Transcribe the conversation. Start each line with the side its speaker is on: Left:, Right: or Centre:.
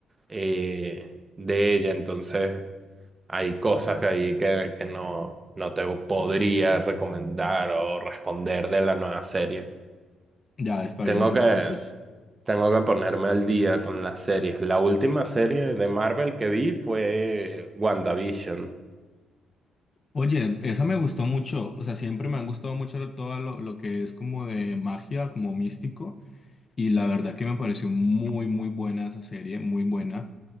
Right: eh, de ella, entonces hay cosas que ahí que, que no, no te podría recomendar o responder de la nueva serie.
Left: Ya, está bien,
Right: Tengo
Left: no te
Right: que,
Left: preocupes.
Right: tengo que ponerme al día con las series. La última serie de Marvel que vi fue WandaVision.
Left: Oye, esa me gustó mucho, o sea, siempre me han gustado mucho lo- todo lo, lo que es como de magia, como místico, y la verdad que me pareció muy, muy buena esa serie, muy buena.